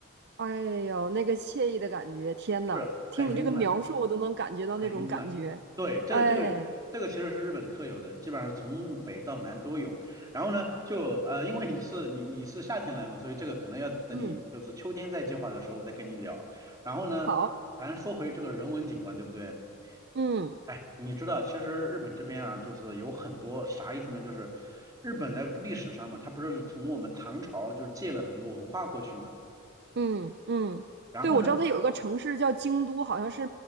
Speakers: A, on the right (about 50°); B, on the right (about 15°).
A: 哎呦，那个惬意的感觉，天呐，
B: 是很慵懒。
A: 听你这个描述，我都能感觉到那种感觉。
B: 很慵懒。对，这个这个这个其实是日本特有的，
A: 哎，
B: 基本上从北到南都有。然后呢，就呃，因为你是你你是夏天来嘛，所以这个可能要等你就是秋天再计划的时候，
A: 嗯，
B: 我再跟你聊。然后呢，
A: 好，
B: 咱说回这个人文景观，对不对？
A: 嗯
B: 哎，你知道，其实日本这边啊，就是有很多啥意思呢？就是日本在历史上嘛，它不是从我们唐朝就是借了很多文化过去嘛。
A: 嗯嗯，对，
B: 然后呢，
A: 我知道它有一个城市叫京都，好像是